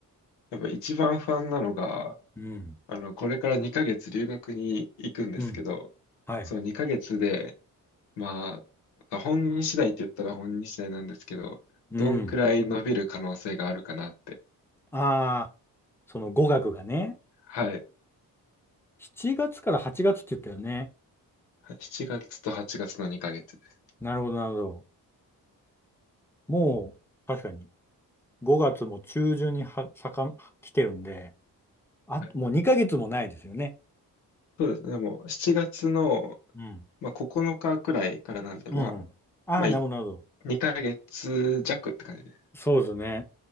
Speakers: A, on the left (about 85°); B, in the centre.
A: やっぱ一番不安なのが、
B: うん。
A: あの、これから2ヶ月留学に行くんですけど、
B: うん。はい。
A: その2ヶ月で、まあ、本人次第って言ったら本人次第なんですけど、
B: うん。
A: どんくらい伸びる可能性があるかなって。
B: ああ、その語学がね、
A: はい。
B: 7月から8月って言ったよね。
A: 7月と8月の2ヶ月です。
B: なるほど、なるほど。もう、確かに、5月も中旬には、さか、来てるんで、あ、
A: はい。
B: もう2ヶ月もないですよね。
A: そうですね。でもう7月の、
B: うん。
A: まあ、9日くらいからなんで、
B: うんうん。
A: まあ、
B: ああ、
A: まあ、1
B: なるほど、なるほ
A: 2ヶ月弱って感じで。
B: そうですね。